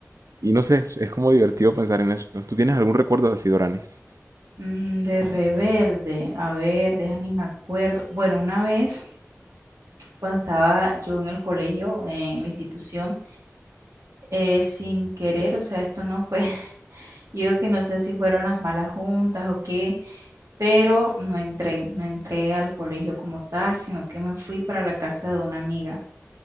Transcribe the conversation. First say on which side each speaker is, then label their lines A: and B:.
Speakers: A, on the right (about 80°); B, on the right (about 70°).
A: y no sé, es es como divertido pensar en eso. ¿Tú tienes algún recuerdo así, Doranis?
B: Mm, de rebelde. A ver, déjame me acuerdo. Bueno, una vez. cuando estaba yo en el colegio, en la institución, eh, sin querer, o sea, esto no fue, <laughs> yo que no sé si fueron las malas juntas o qué, pero no entré, no entré al colegio como tal, sino que me fui para la casa de una amiga.